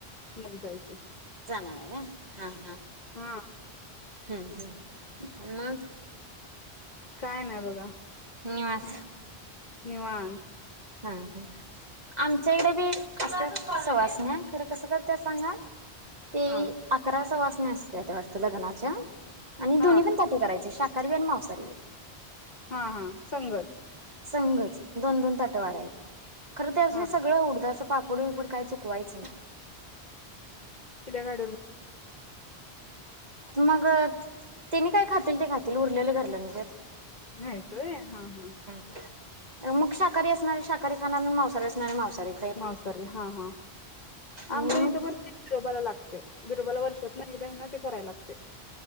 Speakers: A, on the left (about 45°); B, on the right (about 40°).
A: मग जायचं
B: णार आहे का हा हा
A: हा
B: हम् हम् मग
A: काय नाही बघा
B: निवास
A: निवाांत
B: हम हम आमच्या इडे बी असत सवासणी खरं कसं करते सांगा ते
A: हा
B: अकराचा वाचने असते त्या वा लग्नाच्या आणि
A: हा
B: दोन्ही पण त्या कयचे शाखरीवी आणि मांसारी व
A: हा हा संगच
B: संघच दोन दोन ताट वाढाय खरं त्या असून
A: हा
B: सगळं उडद असं पापड विपड काय चुकवायचं ना
A: तिल्या गाडी्यावर
B: मग तेने काय खातील ते खातील उरलेलं घरलं म्हजत
A: नाहीचोय हा हा
B: मग शाकहारी असणारे शाकह खाना मवसारी असणारे मवसारी
A: नवस्तारी हा हा
B: आणि
A: आमच्या इथं
B: मग
A: पण बिरोबाला लागते बिरोबाला वर्षात नाही बहि ना ते कराय लागते